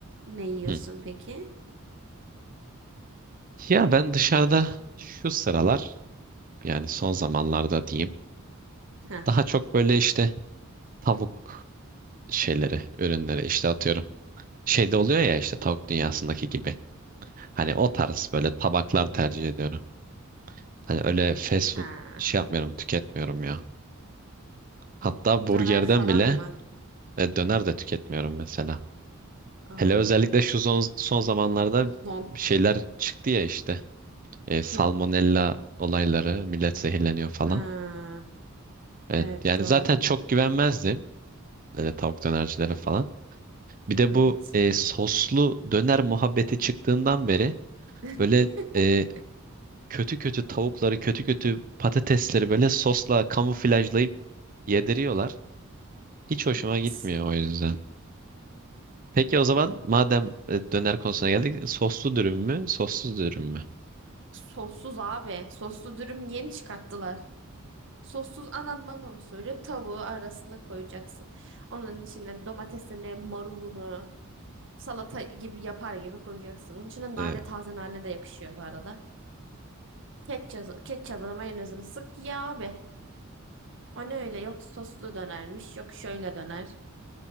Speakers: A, on the right; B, on the right.
A: ne yiyorsun
B: Hı.
A: peki?
B: Ya ben dışarıda şu sıralar yani son zamanlarda diyeyim.
A: Ha,
B: Daha çok böyle işte tavuk şeyleri, ürünleri işte atıyorum. Şeyde oluyor ya işte tavuk dünyasındaki gibi. Hani o tarz böyle tabaklar tercih ediyorum. Hani öyle fast
A: ha.
B: food şey yapmıyorum, tüketmiyorum ya. Hatta burgerden
A: Döner falan
B: bile
A: mı?
B: e, döner de tüketmiyorum mesela.
A: Aa,
B: Hele özellikle şu son, son zamanlarda
A: zon.
B: şeyler çıktı ya işte. E, salmonella
A: Hı.
B: olayları, millet zehirleniyor falan.
A: Ha,
B: Evet,
A: evet
B: yani
A: doğru.
B: zaten çok güvenmezdim. Öyle tavuk dönercilere falan. Bir de
A: Evet.
B: bu e, soslu döner muhabbeti çıktığından beri
A: <laughs>
B: böyle e, kötü kötü tavukları, kötü kötü patatesleri böyle sosla kamuflajlayıp yediriyorlar. Hiç hoşuma
A: Evet.
B: gitmiyor o yüzden. Peki o zaman madem e, döner konusuna geldik, soslu dürüm mü, sossuz dürüm mü?
A: Sossuz abi. Soslu dürüm yeni çıkarttılar. Sossuz anam bana onu söylüyor. Tavuğu arasına koyacaksın. Onun içine domatesini, marulunu, salata gibi yapar gibi koyacaksın. Onun içine nane,
B: E,
A: taze nane de yakışıyor bu arada. Ketçap, ketçabına mayonezini sık ya abi. O ne öyle? Yok soslu dönermiş, yok şöyle döner.